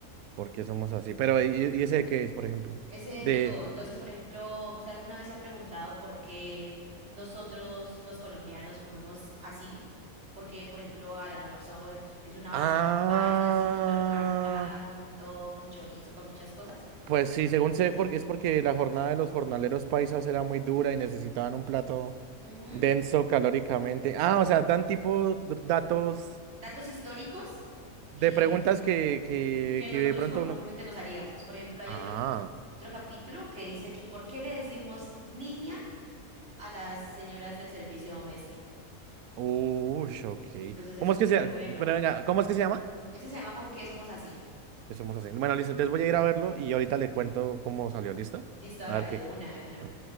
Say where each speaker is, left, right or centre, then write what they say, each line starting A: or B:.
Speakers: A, on the right (about 85°); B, on the right (about 50°).
A: Porque somos así. Pero, ¿y, y ese qué es, por ejemplo?
B: Ese
A: De,
B: de todo. Entonces, por ejemplo, ¿usted alguna vez se ha preguntado por qué nosotros los colombianos comemos así? Porque, por ejemplo, al almuerzo es es una bandeja
A: ah,
B: paisa así súper trancada con todo, con chorizo, con muchas cosas.
A: pues sí, según sé,
B: Entonces,
A: porque es porque la jornada de los jornaleros paisas era muy dura y necesitaban un plato
B: ujú,
A: denso calóricamente. Ah, o sea, dan tipo d- datos
B: datos históricos y
A: de preguntas que, que,
B: que nosotros
A: que de pronto
B: comúnmente
A: uno.
B: nos haríamos. Por ejemplo, hay
A: Ah,
B: otro otro capítulo que dice que ¿por qué le decimos niña a las señoras del servicio doméstico?
A: uy, ok.
B: Entonces es
A: ¿Cómo
B: súper
A: es que se,
B: bueno.
A: pero venga, ¿cómo es que se llama?
B: Ese se llama ¿Por qué somos así?
A: Empecemos así. Bueno, listo. Entonces voy a ir a verlo y ahorita le cuento cómo salió. ¿Listo?
B: Listo, hágale
A: A ver qué.
B: de una, de una.
A: ah.